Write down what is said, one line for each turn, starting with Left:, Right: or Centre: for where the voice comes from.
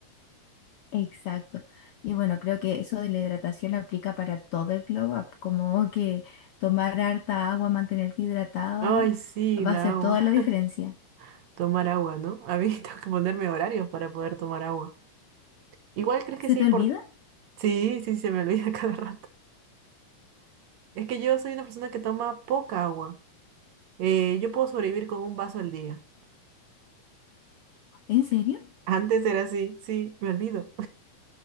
Left: Exacto. Y bueno, creo que eso de la hidratación aplica para todo el glow up, como que tomar harta agua, mantenerte hidratada,
Right: Ay, sí,
Left: va
Right: la
Left: a hacer
Right: agua.
Left: toda la diferencia.
Right: <laughs> Tomar agua, ¿no? A mí <laughs> tengo que ponerme horarios para poder tomar agua. Igual crees que
Left: ¿Se
Right: sea
Left: te
Right: importante.
Left: olvida?
Right: Sí, sí, se me olvida <laughs> cada rato. Es que yo soy una persona que toma poca agua. Eh, yo puedo sobrevivir con un vaso al día.
Left: ¿En serio?
Right: Antes era así, sí, me olvido.